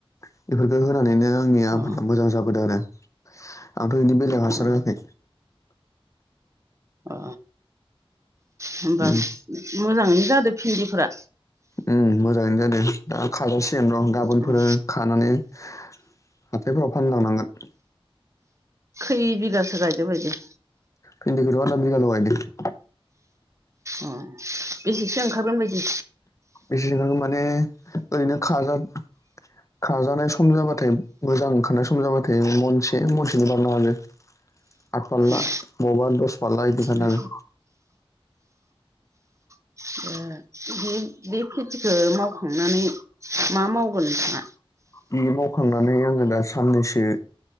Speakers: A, on the left; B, on the right.
A: बेफोरखौ होनानैनो आंनि
B: ओ
A: जो आरो आंथ' बिदि बेलेायाव हासार
B: अ
A: होआखै
B: अ हबा
A: उम
B: मोजाङैनो जादो भिन्दिफोरा?
A: उ मोजाङनो जादों दा खाजासेयानो र' गाबोनफोर
B: उम
A: खानानै हाथायफोराव फानलांनांगोन।
B: खै बिगासो गायदो बायदि?
A: फिन्दिखौ थो आदा बिगाल गाइदो।
B: औ। बेसेसो ओंखारगोन बायदि?
A: बिसे माने ओरैनो खाजा खाजानाय सम जाबाथाय मोजां खानाय सम जाबाथाय मनसे मनसेनो बारनो हागो। आठ फारला
B: उम
A: बबावबा दस फारला बिदिख
B: उम
A: आङो।
B: <unintelligible> बे खेथिखौ मावखांनानै मा मावगोन नोंथाङा?
A: बे मावखांनानै आङो दा साननैसो